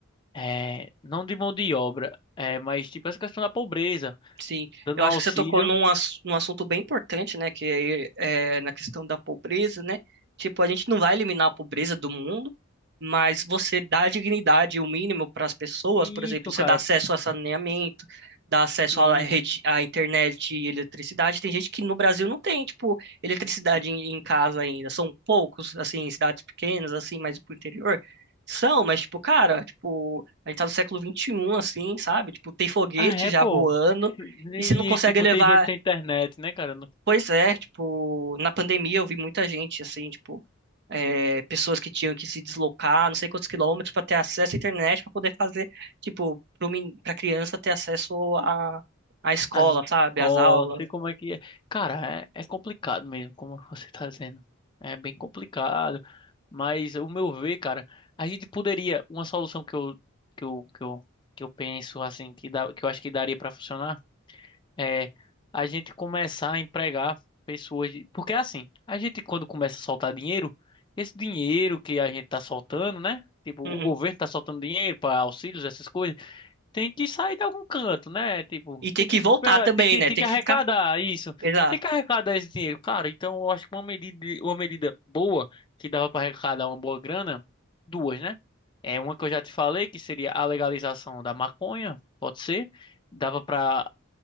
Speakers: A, on the left; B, on the right.
A: é, não de mão de obra, é, mas tipo essa questão da pobreza,
B: Sim,
A: dando
B: eu
A: um
B: acho
A: auxílio.
B: que você tocou num, ass- num assunto bem importante, né? Que é, é na questão da pobreza, né? Tipo, a gente não vai eliminar a pobreza do mundo, mas você dá dignidade, o mínimo para as pessoas,
A: Isso,
B: por exemplo, você
A: cara,
B: dá acesso a saneamento, dá acesso
A: isso.
B: à rede, à internet e eletricidade. Tem gente que no Brasil não tem, tipo, eletricidade em, em casa ainda. São poucos, assim, em cidades pequenas, assim, mais pro interior. São, mas, tipo, cara, tipo, a gente tá no século XXI, assim, sabe? Tipo, tem foguete
A: Ah, é,
B: já
A: pô.
B: voando.
A: E,
B: E se não consegue
A: e, tipo,
B: levar.
A: tem gente sem internet, né, cara?
B: Pois é, tipo, na pandemia eu vi muita gente, assim, tipo, é, pessoas que tinham que se deslocar, não sei quantos quilômetros, para ter acesso à internet, para poder fazer, tipo, para criança ter acesso à, à escola,
A: as
B: sabe?
A: golas,
B: Às aulas.
A: sei como é que é. Cara, é, é complicado mesmo, como você tá dizendo. É bem complicado, mas o meu ver, cara, a gente poderia, uma solução que eu que eu, que eu, que eu penso assim, que dá, que eu acho que daria para funcionar, é a gente começar a empregar pessoas, de- porque é assim, a gente quando começa a soltar dinheiro, esse dinheiro que a gente tá soltando, né? Tipo,
B: Uhum.
A: o governo tá soltando dinheiro para auxílios, essas coisas tem que sair de algum canto, né? Tipo,
B: E ter
A: tem
B: que
A: que,
B: voltar
A: é,
B: também,
A: tem que,
B: né?
A: tem
B: Ter
A: que
B: que
A: arrecadar
B: ficar.
A: isso.
B: Exato,
A: Tem que arrecadar esse dinheiro. Cara, então eu acho que uma medida, uma medida boa que dava para arrecadar uma boa grana, duas, né? É uma que eu já te falei, que seria a legalização da maconha, pode ser. Dava para